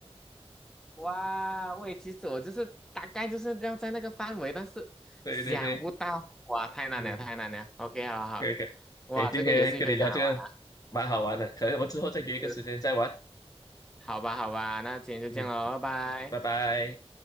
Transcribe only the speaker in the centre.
哇，喂，其实我就是大概就是要在那个范围，但是想不到，
哇，太难了，
太难了。OK，好好，
哇，
这个游戏非常好玩啊，
是好吧，好吧，那今天就这样喽，
拜
拜。